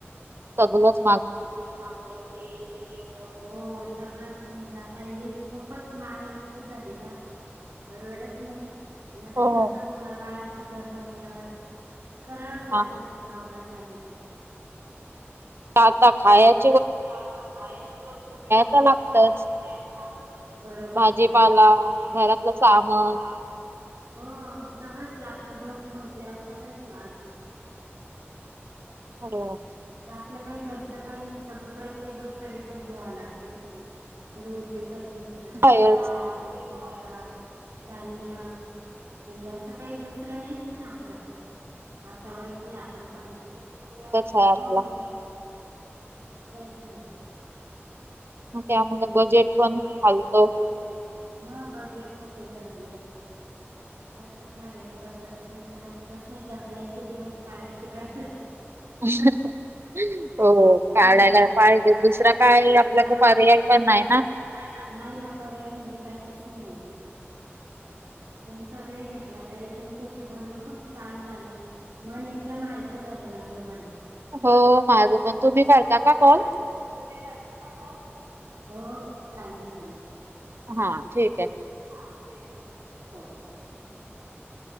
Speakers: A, on the right; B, on the right.
A: सगळेच
B: सगळंच महाग झालं तेल सिलेंडर हो सगळंच म्हणजे आता हे खूपच माहागाई इतकी झाले ना परवडत नाही पण आता
A: हो.
B: कस मुला बाळांचं घर म्हटल्यावर करावंच लागत
A: हा
B: सगळं आवडत चालेल
A: आत्ता खायचं
B: ते आता खायची वस्तू किंवा दुसरं
A: तर लागतच
B: काय आहे ते घ्यायच लागत बरोबर
A: भाजीपाला
B: आहे ना भाजीला,
A: घरातलं सामान
B: घरातलं सामान हो सगळंच लागत घर म्हटलेवरर सगळ लागत
A: हो
B: आपलं काही घरचं काही नाही सगळं प्रत्येक गोष्ट विकत घ्याव लागते दूध व विकत घ्यायचं भाजीपाला
A: आहेच
B: विकत घ्यायच, धान्य, म्हणजे असं काही दुसरं नाहीच ना आपलं हातावरच आपण पण विकतच
A: हा आपला
B: आहे आपलं. तेच ना
A: मग त्यामुळे बजेट
B: त्यामुळे
A: पण
B: बजेट
A: हालतो.
B: पण हलतं. मग बजेट खूप हे झालेलं आहे. काय करणारे परवडत नाही पण आता तसच ढकलायचे दिवस काढायचे कायतर.
A: अ हो काढायला
B: ना हो
A: पाहिजे.
B: काढायला
A: दुसरा काय
B: पाहिजे दुसरा
A: आपल्याकडे
B: मग. काही
A: पर्याय
B: आपल्याला
A: पण नाही
B: पर्याय
A: ना.
B: पण नाही ना नाही ना पर्याय म्हणजे काहीच नाही. तुमचा वेळ घेतला. ताई तुमच्याशी बोलून खूप छान झालं. मन एकदम हलकं झालं माझं पण
A: हो माझ पण तुम्ही करता
B: हो
A: का कॉल?
B: माझं पण तुम्ही करता का कॉल हो चालेल चालेल
A: हा ठीक आहे
B: हा हो